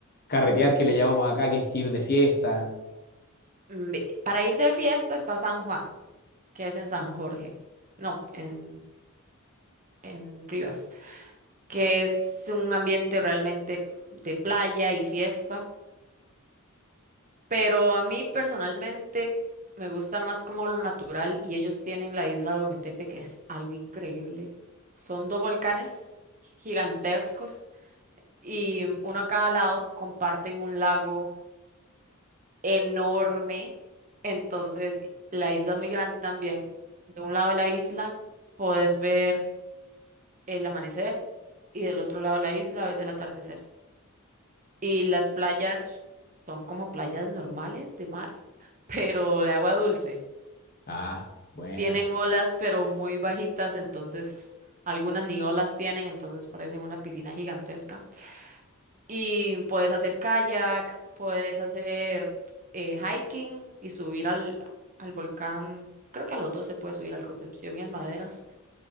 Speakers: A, on the left (about 45°); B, on the right (about 35°).
A: carretear, que le llamamos acá, que es que ir de fiesta?
B: Mm, ve- Para ir de fiesta está San Juan, que es en San Jorge. No, en, en Rivas, que es un ambiente realmente de playa y fiesta. Pero a mí personalmente me gusta más como lo natural y ellos tienen la isla de Ometepe, que es algo increíble. Son dos volcanes gigantescos y uno a cada lado comparten un lago enorme, entonces la isla es muy grande también. De un lado de la isla puedes ver el amanecer y del otro lado de la isla ves el atardecer. Y las playas son como playas normales de mar, <laughs> pero de agua dulce.
A: Ah, buena.
B: Tienen olas, pero muy bajitas, entonces algunas ni olas tienen, entonces parecen una piscina gigantesca. Y puedes hacer kayak, puedes hacer eh, hiking y subir al, al volcán. Creo que a los dos se puede subir al Concepción y al Maderas.